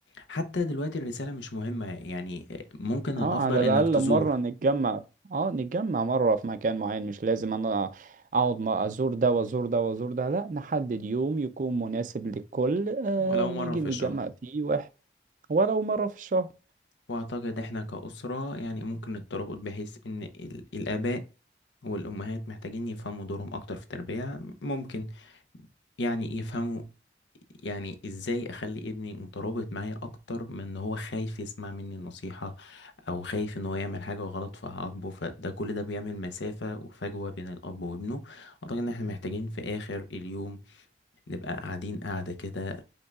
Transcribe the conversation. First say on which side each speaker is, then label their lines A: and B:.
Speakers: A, on the left; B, on the right.
A: حتى دلوقتي الرسالة مش مهمة يعني ممكن
B: اه
A: الأفضل
B: على الاقل
A: إنك تزور
B: مره نتجمع اه نتجمع مره في مكان معين مش لازم انا اقعد ما ازور ده وازور ده وازور ده لا نحدد يوم يكون مناسب للكل آه
A: ولو
B: نيجي
A: مرة في
B: نتجمع
A: الشهر
B: فيه واحد ولو مره في الشهر
A: وأعتقد إحنا كأسرة يعني ممكن الترابط بحيث إن ال- الآباء والأمهات محتاجين يفهموا دورهم أكتر في التربية ممكن يعني يفهموا يعني ازاي اخلي ابني مترابط معايا اكتر من ان هو خايف يسمع مني نصيحة او خايف ان هو يعمل حاجة غلط فهعاقبه فده كل ده بيعمل مسافة وفجوة بين الاب وابنه اعتقد ان احنا محتاجين في اخر اليوم نبقى قاعدين قاعدة كده